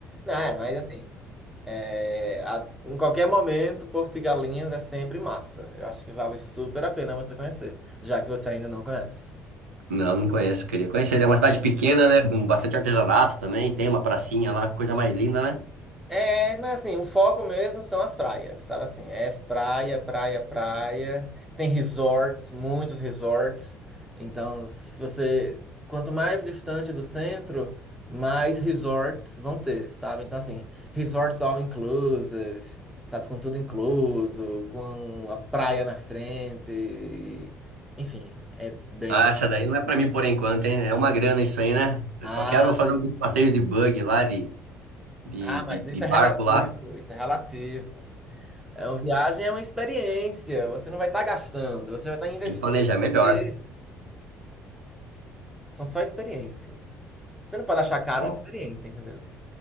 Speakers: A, in the centre; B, on the right.
A: Não, é, mas assim, é, a- em qualquer momento, Porto e Galinhas é sempre massa. Eu acho que vale super a pena você conhecer, já que você ainda não conhece.
B: Não, não conheço. Queria conhecer. É uma cidade pequena, né? Com bastante artesanato também. Tem uma pracinha lá, coisa mais linda, né?
A: É, mas assim, o foco mesmo são as praias, sabe assim? É praia, praia, praia. Tem resorts, muitos resorts. Então, se você, quanto mais distante do centro, mais resorts vão ter, sabe? Então, assim, resorts all inclusive, sabe? Com tudo incluso, com a praia na frente. Enfim, é bem.
B: Ah, essa daí não é pra mim por enquanto, hein? É uma grana isso aí, né? Eu
A: Ah,
B: só quero fazer
A: mas,
B: alguns passeios de buggy lá, de, de,
A: ah,
B: de,
A: mas isso
B: de barco
A: é relativo,
B: lá.
A: isso é relativo. É uma viagem é uma experiência. Você não vai estar gastando, você vai estar investindo
B: Tem que planejar
A: em
B: melhor.
A: você. São só experiências. Você não pode achar caro
B: Ó.
A: uma experiência, entendeu?